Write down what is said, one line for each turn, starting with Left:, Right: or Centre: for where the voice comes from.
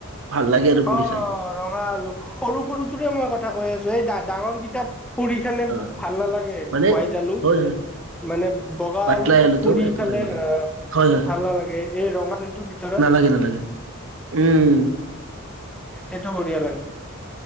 Right: ভাল লাগে আৰু পুৰি
Centre: অঁ
Right: খাই
Centre: ৰঙা আলু, সৰু সৰুটোৰে মই কথা কৈ আছো এই ডাঙৰ কেইতাৰ পুৰি খালে
Right: অ
Centre: ভাল নালাগে,
Right: মানে
Centre: হোৱাইট আলু।
Right: হয় হয়
Centre: মানে বগা
Right: পাতলাই
Centre: আলু
Right: আলুটো
Centre: পুৰি
Right: সেইটো
Centre: খালে
Right: খাই ভাল লাগে
Centre: আ
Right: হয় হয়
Centre: ভাল নালাগে। এই ৰঙা আলুটোৰ ভিতৰৰ
Right: নালাগে নালাগে উম।
Centre: এইটো বঢ়িয়া লাগে।